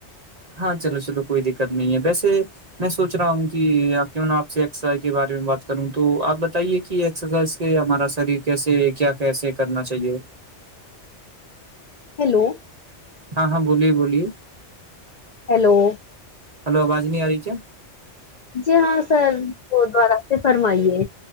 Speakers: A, on the right; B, on the left.
A: ہاں چلو چلو کوئی دقت نہیں ہے ویسے میں سوچ رہا ہوں کہ کیوں آپ سےسا کے بارے میں بات کروں تو آپ بتائیے کہ رائز ہمارا شریر کیسے کیا کیسے کرنا چاہیے
B: ہیلو
A: ہاں ہاں بولیے بولیے
B: ہیلو <unintelligible>
A: ہلو آجاز نہیں آ رہاریی
B: جی ہاں سر گ دوبارہ سے فرمائیے